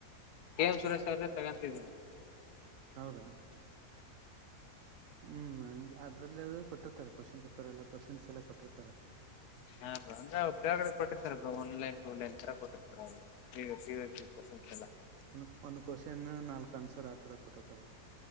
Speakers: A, on the left; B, on the right.
A: ಮ್ ಸುರೇಶ್ ಅವ್ರ್ದೇ ತಗೊಂತಿದ್ದೀನಿ.
B: ಹೌದಾ. ಹ್ಮ್ ಅದ್ರಲ್ಲ ಕೊಟ್ಟಿರ್ತಾರೆ ಕ್ವೆಶ್ಚನ್ ಪೇಪರ್ ಎಲ್ಲ ಕ್ವಶನ್ಸ್ ಎಲ್ಲ ಕೊಟ್ಟಿರ್ತಾರೆ.
A: ಹಾ ಬ್ರೋ ಅಂದ್ರ ಅವ ಕೆಳಗಡೆ ಕೊಟ್ಟಿರ್ತಾರ bro one line two line ತರ ಕೊಟ್ಟಿರ್ತಾರ ಅವು. <unintelligible>
B: ಒಂದ ಒಂದ್ ಕ್ವಶನ್ ನಾಲ್ಕ್ ಆನ್ಸರ್ ಆತರ ಕೊಟ್ಟತಾರ ಅವ್ರು.